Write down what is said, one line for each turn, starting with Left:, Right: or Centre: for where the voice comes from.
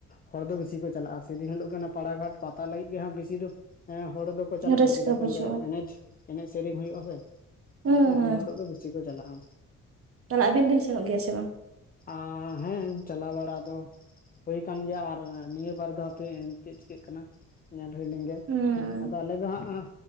Left: ᱦᱚᱲ ᱫᱚ ᱵᱤᱥᱤ ᱠᱚ ᱪᱟᱞᱟᱜᱼᱟ ᱥᱮᱫᱤᱱ ᱦᱤᱞᱳᱜ ᱠᱟᱱᱟ ᱯᱟᱲᱟᱜᱷᱟᱴ ᱯᱟᱛᱟ ᱞᱟᱹᱭᱤᱜ ᱦᱟᱸᱜ ᱵᱤᱥᱤ ᱫᱚ ᱮᱸ ᱦᱚᱲ ᱫᱚᱠᱚ ᱪᱟᱞᱟᱜ
Right: ᱨᱟᱹᱥᱠᱟᱹ
Left: ᱜᱮᱭᱟ ᱪᱮᱫᱟᱜ ᱥᱮ
Right: ᱵᱩᱡᱷᱟᱹᱜᱼᱟ
Left: ᱚᱸᱰᱮ ᱮᱱᱮᱡᱽ ᱮᱱᱮᱡ ᱥᱮᱨᱮᱧ ᱦᱩᱭᱩᱜᱼᱟ ᱥᱮ, ᱚᱱᱟᱛᱮ
Right: ᱦᱩᱸ ᱦᱩᱸ
Left: ᱩᱱᱦᱤᱞᱳᱜ ᱪᱤᱠᱚ ᱪᱟᱞᱟᱜ-ᱟᱢ
Right: ᱛᱟᱦᱞᱮ ᱟᱹᱵᱤᱱ ᱵᱤᱱ ᱥᱮᱱᱚᱜ ᱜᱮᱭᱟ ᱥᱮ ᱵᱟᱝ
Left: ᱟᱻ ᱦᱮᱸ ᱪᱟᱞᱟᱣ ᱵᱟᱲᱟ ᱫᱚ ᱦᱩᱭ ᱠᱟᱱ ᱜᱮᱭᱟ ᱟᱨ ᱱᱤᱭᱟᱹ ᱵᱟᱨ ᱫᱚ ᱦᱟᱯᱮ ᱪᱮᱜ ᱪᱤᱠᱟᱹᱜ ᱠᱟᱱᱟ ᱧᱮᱞ ᱦᱩᱭ ᱞᱮᱝᱜᱮ
Right: ᱦᱩᱸ
Left: ᱦᱮᱸ ᱟᱫᱚ ᱟᱞᱮ ᱫᱚ ᱦᱟᱸᱜ ᱟᱸ